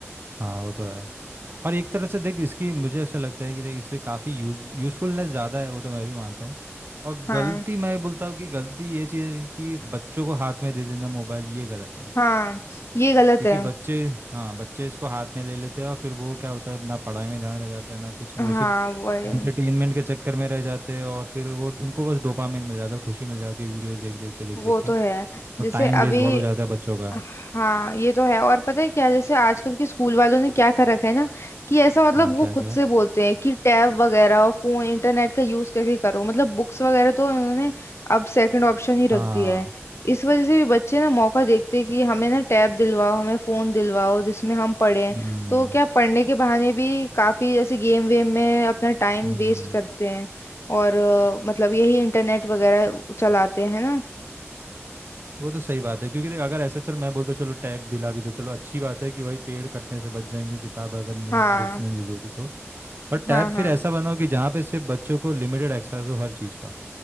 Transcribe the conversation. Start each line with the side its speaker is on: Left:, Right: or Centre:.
Right: हाँ वो तो है और एक तरह से देख इसकी मुझे ऐसा लगता है कि देख इससे काफ़ी यूज यूज़फुलनेस ज़्यादा है वो तो मैं भी मानता हूँ और
Left: हाँ
Right: गलती मैं बोलता हूँ कि गलती ये चीज़ है कि बच्चों को हाथ में दे देना मोबाइल ये गलत है
Left: हाँ ये गलत
Right: क्योंकि
Left: है
Right: बच्चे हाँ बच्चे इसको हाथ में ले लेते हैं और फिर वो क्या होता है ना पढ़ाई में ध्यान रह जाता है ना कुछ
Left: हाँ
Right: वो सिर्फ
Left: वही
Right: एंटरटेनमेंट के चक्कर में रह जाते हैं और फिर वो उनको बस डोपामिन मिल जाता है खुशी मिल जाती है वीडियोस देख देख के देख
Left: वो
Right: देख
Left: तो
Right: के
Left: है जैसे
Right: और टाइम वेस्ट
Left: अभी
Right: बहुत हो जाता है बच्चों का
Left: हाँ ये तो है और पता है क्या जैसे आजकल के स्कूल वालों ने क्या कर रखा है ना कि ऐसा मतलब
Right: हाँ
Left: वो
Right: क्या
Left: खुद
Right: क्या
Left: से बोलते हैं कि टैब वगैरह और फोन इंटरनेट का यूज करके करो मतलब बुक्स वगैरह तो उन्होंने अब सेकंड ऑप्शन ही रख
Right: हाँ
Left: दिया है इस वजह से भी बच्चे ना मौका देखते हैं कि हमें ना टैब दिलवाओ हमें फोन दिलवाओ जिसमें हम पढ़ें
Right: हम्म
Left: तो क्या पढ़ने के बहाने भी काफी जैसे गेम वेम में अपना टाइम
Right: हम्म
Left: वेस्ट करते हैं और अ, मतलब यही इंटरनेट वगैरह चलाते हैं ना
Right: वो तो सही बात है क्योंकि देख अगर ऐसा चल मैं बोलता हूँ, चलो टैब दिला भी दो चलो अच्छी बात है कि भाई पेड़ कटने से बच जाएंगे किताब अगर नहीं
Left: हाँ
Right: बुक्स नहीं यूज़ होगी तो पर टैब
Left: हाँ हाँ
Right: फिर ऐसा बनाओ कि जहाँ पे सिर्फ बच्चों को लिमिटेड एक्सेस हो हर चीज़ का